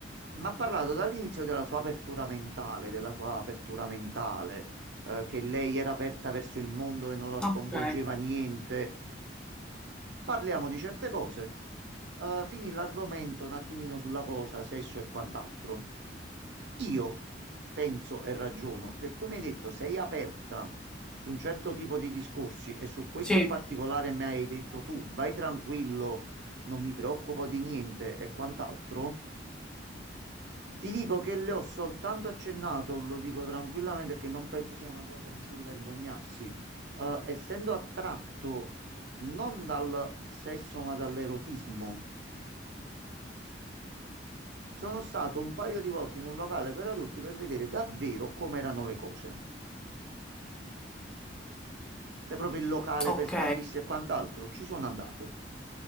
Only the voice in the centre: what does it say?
Ok.
Sì,
ok.